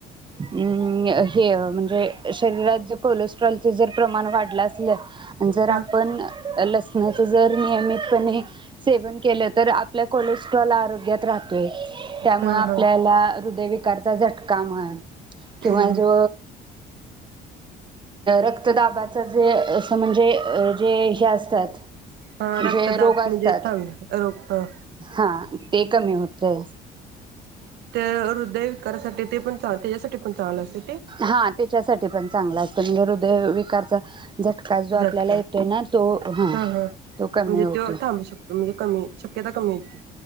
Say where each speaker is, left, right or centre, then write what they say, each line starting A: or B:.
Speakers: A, on the right; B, on the right.
A: अम्म हे म्हणजे शरीरात जर <unintelligible> कोलेस्ट्रॉलच जर प्रमाण वाढलं असलं आणि जर आपण
B: हा
A: <inaudible> लसणाच जर नियमितपणे... सेवन केलं तर आपल्या कोलेस्ट्रॉल आरोग्यात राहतोय त्यामुळे
B: हा
A: आपल्याला
B: हा
A: हृदयविकारचा झटका म्हण
B: हम्म
A: किंवा
B: हम्म
A: जो रक्तदाबाच जे असं म्हणजे जे हे अस... त्यात
B: हा रक्तदाब
A: जे रोग असतात
B: म्हणजे थांब रोग हा
A: हां ते कमी होतय
B: तर हृदयविकारासाठी ते पण चांग त्याच्यासाठी पण चांगलं असे
A: हां त्याच्यासाठी पण चांगल असतं म्हणजे हृदय विकारचा... झटका जो आपल्याला
B: झटका
A: येतोय ना तो हां
B: हा हा
A: तो कमी
B: म्हणजे
A: होतोय
B: तो थांबू शकतो म्हणजे कमी शक्यता कमी येते.